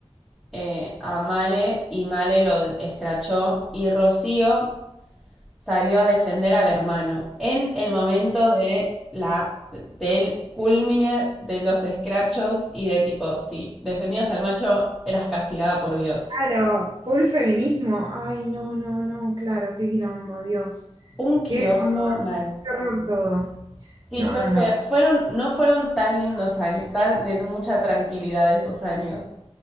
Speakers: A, in the centre; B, on the right.
A: eh, a Male y Male lo escrachó y Rocío salió a defender al hermano en el momento de la del culmine de los escrachos y de tipo, si defendías al macho, eras castigada por Dios.
B: Claro, full feminismo. Ay, no, no, no, claro, qué quilombo, Dios.
A: Un
B: Qué
A: quilombo
B: horror,
A: mal.
B: qué horror todo.
A: Sí,
B: No,
A: fue
B: no,
A: feo.
B: no,
A: Fueron, no fueron tan lindos años, tan de mucha tranquilidad esos años.